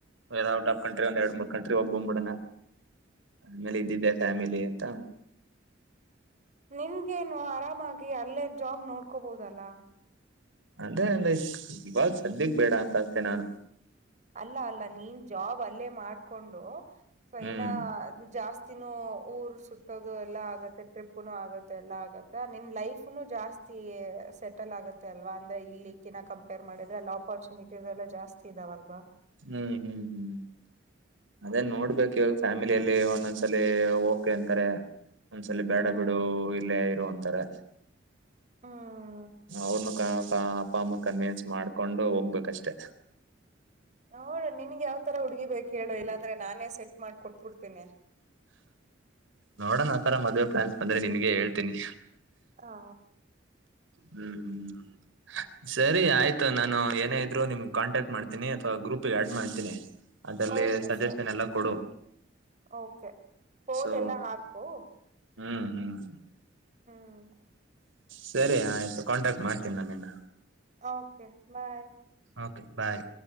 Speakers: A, on the right (about 90°); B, on the right (about 40°).
A: ವೇ ಔಟ್ ಆಫ್ ಕಟ್ರಿ ಒಂದ ಎರಡ್ ಮೂರ್ ಕಂಟ್ರಿ ಹೋಗಿ ಬಂದ ಬಿಡನಾ ಆಮೇಲೆ ಇದ್ದಿದ್ದೆ ಫ್ಯಾಮಿಲಿ ಅಂತ
B: ನಿನ್ಗೇನು ಆರಾಮಾಗಿ ಅಲ್ಲೇ ಜಾಬ್ ನೋಡ್ಕೋಬಹುದಲ್ಲ.
A: ಅಂದ್ರೆ ಅಂದ್ರೆ ಇವಾಗ ಸದ್ಯಕ್ ಬೇಡ ಅಂತ ಅಷ್ಟೇ ನಾನು
B: ಅಲ್ಲ ಅಲ್ಲ ನೀನ್ ಜಾಬ್ ಅಲ್ಲೇ ಮಾಡ್ಕೊಂಡು ಸೊ
A: ಹ್ಮ್
B: ಇನ್ ಜಾಸ್ತಿ ಜಾಸ್ತಿ ನ್ ಊರ್ ಸುುತ್ತೋದು ಎಲ್ಲಾ ಆಗತ್ತೆ ಟ್ರಿಪ್ ನು ಆಗತ್ತೆ ಎಲ್ಲಾ ಆಗತ್ತೆ ನಿನ್ ಲೈಫ್ನು ಜಾಸ್ತಿ ಸೆಟಲ್ ಆಗತ್ತೆ ಅಲ್ವಾ ಅಂದ್ರೆ ಇಲ್ಲಿ ಕಿನ ಕಂಪೇರ್ ಮಾಡಿದ್ರೆ ಲಾಕ್ ಅಪರ್ಚುನಿಟೀಸ್ ಎಲ್ಲ ಜಾಸ್ತಿ ಇದಾವಲ್ವಾ
A: ಹ್ಮ್ ಹ್ಮ್ ಹ್ಮ್ ಅದೇ ನೋಡ್ಬೇಕು ಇವಾಗ ಫ್ಯಾಮಿಲಿಯಲ್ಲಿ ಒಂದೊಂದ್ಸಲ ಓಕೆ ಅಂತಾರೆ ಒಂದ್ಸಲ ಬೇಡ
B: ಹ್ಮ್
A: ಬಿಡು ಇಲ್ಲೇ ಇರುವ ಅಂತಾರೆ
B: ಹ್ಮ್
A: ಅವನ್ನು ಕ ಅ ಅಪ್ಪ ಅಮ್ಮ ಕನ್ವನ್ಸ್ ಮಾಡ್ಕೊಂಡು ಹೋಗ್ಬೇಕಷ್ಟೆ.
B: ನೋಡಣ ನಿನ್ಗ್ ಯಾವ್ತರ ಹುಡ್ಗಿ ಬೇಕು ಹೇಳು ಇಲ್ಲಾಂದ್ರೆ ನಾನೇ ಸೆಟ್ ಮಾಡ್ ಕೊಟ್ಟಬಿಡತೀನಿ
A: ನೋಡೋಣ ಆತರ ಮದ್ವೆ ಪ್ಲಾನ್ಸ್ ಬಂದ್ರೆ ನಿನ್ಗೆ ಹೇಳ್ತೀನಿ.
B: ಹಾ
A: ಹ್ಮ್ ಹ್ಮ್ ಸರಿ ಆಯ್ತು ನಾನು ಏನೇ ಇದ್ರು ನಿಮ್ ಕಾಂಟ್ಯಾಕ್ಟ್ ಮಾಡ್ತೀನಿ ಅಥವಾ ಗ್ರೂಪ್ಗೆ ಆಡ್ ಮಾಡ್ತೀನಿ. ಅದಲ್ಲಿ
B: ಓಕೆ
A: ಸಜೆಷನ್
B: ಸರಿ
A: ಎಲ್ಲ ಕೊಡು
B: ಓಕೆ ಪೋಲ
A: ಸೊ
B: ಎಲ್ಲಾ ಹಾಕು
A: ಹ್ಮ್ ಹ್ಮ್
B: ಹ್ಮ್
A: ಸರಿ ಆಯ್ತು ಕಾಂಟ್ಯಾಕ್ಟ್ ಮಾಡ್ತೀನಿ ನಾ ನಿನ್ನ
B: ಓಕೆ ಬಾಯ್
A: ಓಕೆ ಬಾಯ್